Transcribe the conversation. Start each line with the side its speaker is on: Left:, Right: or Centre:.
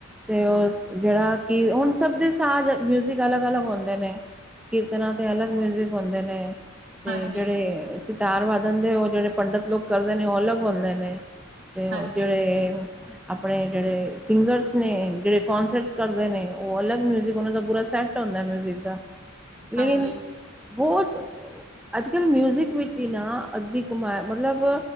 Centre: ਤੇ ਓਸ ਜੇੜਾ ਕਿ ਹੁਣ ਸਭ ਦੇ ਸਾਂਝ ਮਿਊਜ਼ਿਕ ਅਲੱਗ- ਅਲੱਗ ਹੁੰਦੇ ਨੇ। ਕੀਰਤਨਾਂ ਤੇ ਅਲੱਗ ਮਿਊਜਿਕ ਹੁੰਦੇ ਨੇ, ਤੇ
Right: ਹਾਂਜੀ
Centre: ਜਿਹੜੇ ਸਿ ਤਾਰ ਵਾਦਣ ਦੇ ਓਹ ਜੇੜੇ ਪੰਡਤ ਲੋਕ ਕਰਦੇ ਨੇ ਓਹ ਅਲੱਗ ਹੁੰਦੇ ਨੇ। ਤੇ
Right: ਹਾਂਜੀ
Centre: ਓਹ ਜੇੜੇ ਅਪਣੇ ਜੇੜੇ ਸਿੰਗਰਸ ਨੇ, ਜੇੜੇ ਕੋਂਸਰਟਸ ਕਰਦੇ ਨੇ, ਓਹ ਅਲੱਗ ਮਿਊਜ਼ਿਕ ਔਨਾਂ ਦਾ ਪੂਰਾ ਸੈੱਟ ਹੁੰ ਮਿਊਜਿਕ ਦਾ ਲੇਨ
Right: ਹਾਂਜੀ
Centre: ਬਹੁਤ ਅੱਜ ਕੱਲ੍ਹ ਮਿਊਜਿਕ ਵਿੱਚ ਹੀ ਨਾ ਅੱਧੀ ਕਮਾਇ ਮਤਲਬ